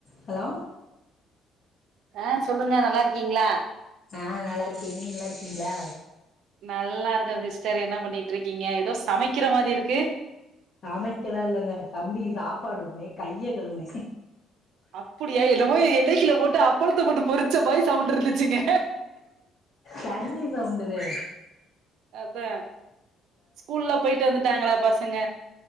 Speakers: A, on the left; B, on the right.
A: Hello
B: ஆ சொல்லுங்க நல்லா இருக்கீங்ளா
A: ஆ நல்லா இருக்கே நீங்க நல்லா இருக்கீங்ளா
B: நல்லா இருக்க சிஸ்டர் என்ன பண்ணிட்டு இருக்கீங்க ஏதோ சமைக்கிற மாரி இருக்கு
A: சமைக்கலா இல்லங்க தம்பிக்கு சாப்பாடு உட்னே கைய கழுவுனே
B: அப்டியா என்னமோ எண்ணக்குல போட்டு அப்பளத்த போட்டு பொரிச்ச மாரி சவ்ண்டு இருந்துச்சுங்க
A: தண்ணி சவுண்டு தே
B: அதா ஸ்கூல்லூ போயிட்டு வந்துட்டாங்ளா பசங்க